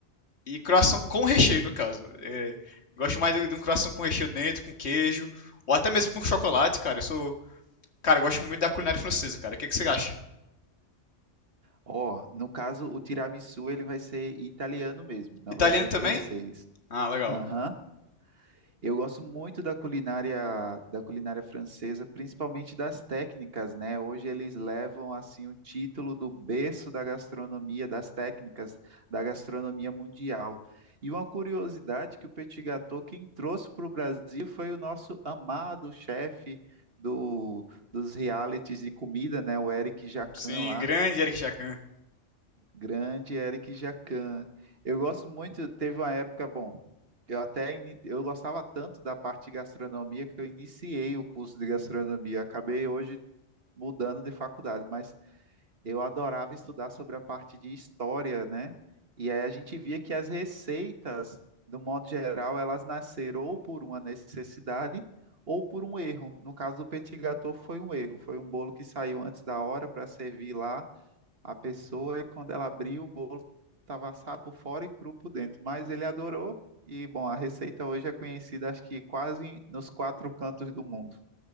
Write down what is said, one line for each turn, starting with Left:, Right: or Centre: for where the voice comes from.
Left: e croissant com recheio, no caso. É, gosto mais de, de um croissant com recheio dentro, com queijo, ou até mesmo com chocolate, cara. Eu sou Cara, eu gosto muito da culinária francesa, cara. O que que você acha?
Right: Ó, no caso, o tiramisu ele vai ser italiano mesmo, não
Left: Italiano
Right: vai ser
Left: também?
Right: francês.
Left: Ah, legal.
Right: Aham. Eu gosto muito da culinária, da culinária francesa, principalmente das técnicas, né? Hoje eles levam assim o título do berço da gastronomia, das técnicas da gastronomia mundial. E uma curiosidade que o petit gâteau quem trouxe para o Brasil foi o nosso amado chefe do, dos realities de comida, né? O Eric Jacquin
Left: Sim,
Right: lá.
Left: grande Eric Jacan.
Right: Grande Eric Jacan. Eu gosto muito, teve uma época, bom, eu até ini- eu gostava tanto da parte de gastronomia que eu iniciei o curso de gastronomia. Acabei hoje mudando de faculdade, mas eu adorava estudar sobre a parte de história, né? E aí a gente via que as receitas, do modo geral, elas nasceram ou por uma necessidade ou por um erro. No caso do petit gâteau foi um erro, foi um bolo que saiu antes da hora para servir lá a pessoa e quando ela abriu, o bolo estava assado por fora e cru por dentro. Mas ele adorou e, bom, a receita hoje é conhecida, acho que quase nos quatro cantos do mundo.